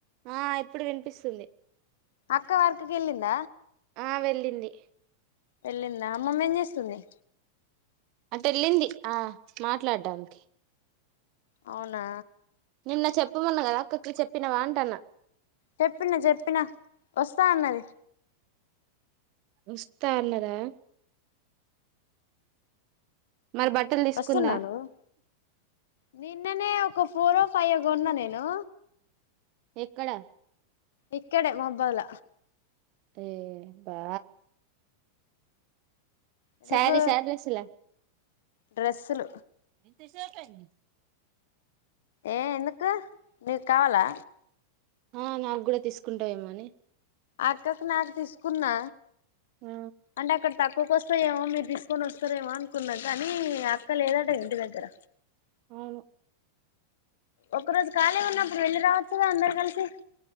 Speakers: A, on the right; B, on the left.
A: ఆ ఇప్పుడు వినిపిస్తుంది
B: అక్క వర్క్ కెళ్ళింద
A: ఆ వెళ్ళింది
B: వెళ్లింద అమ్మమ్మ ఏం చేస్తుంది
A: అటేళ్ళింది ఆ మాట్లాడడానికి
B: అవునా
A: నిన్న చెప్పమన్న కదా అక్కకి చెప్పినావా అంట అన్న
B: చెప్పిన చెప్పిన వస్తా అన్నది
A: వస్తా అన్నదా మరి బట్టలు తీసుకుందా
B: వస్తున్నావా నువ్వు నిన్ననే ఒక ఫోరో ఫైవో కొన్నా నేను
A: ఎక్కడ
B: ఇక్కడే మాబ్బాల
A: టే బా
B: ఎందుకు
A: సారీ సారి డ్రెస్సుల
B: డ్రెస్సులు
A: సిస్సాఫ్ అయింది
B: ఏం ఎందుకు నీకు కావాలా
A: ఆ నాకు కూడ తీసుకుంటావేమో అని
B: అక్కకి నా క్ తీసుకున్నా
A: ఆ
B: అంటే అక్కడ తక్కువకు వస్తాయేమో మీరు తీసుకొని వస్తారేమో అనుకున్న కానీ అక్క లేదట ఇంటి దగ్గర
A: అవ్ను
B: ఒక్క రోజు కాలి ఉన్నప్పుడు వెళ్ళి రావచ్చు కదా అందరు కలిసి